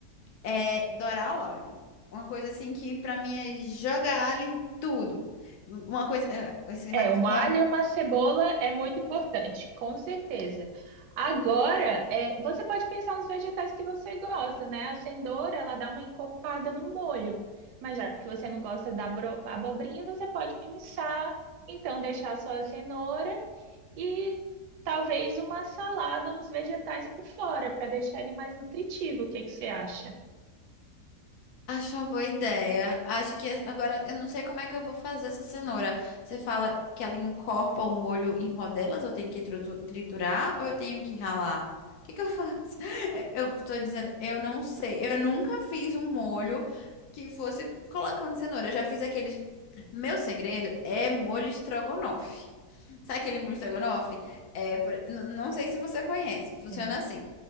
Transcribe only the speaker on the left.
é dourar o alho. Uma coisa assim que pra mim é jogar alho em tudo. Uma coisa, é, esse
macarrão,
Acho uma boa ideia. Acho que agora eu não sei como é que eu vou fazer essa cenoura. Você fala que ela encorpa o molho em rodelas, eu tenho que tritu- triturar ou eu tenho que ralar? O que que eu faço? <laughs> É, Eu tô dizendo, eu não sei. Eu nunca fiz um molho que fosse colocando cenoura. Eu já fiz aqueles. Meu segredo é molho estrogonofe. Sabe aquele mousse estrogonofe? É, por- n- Não sei se você conhece. Funciona
assim.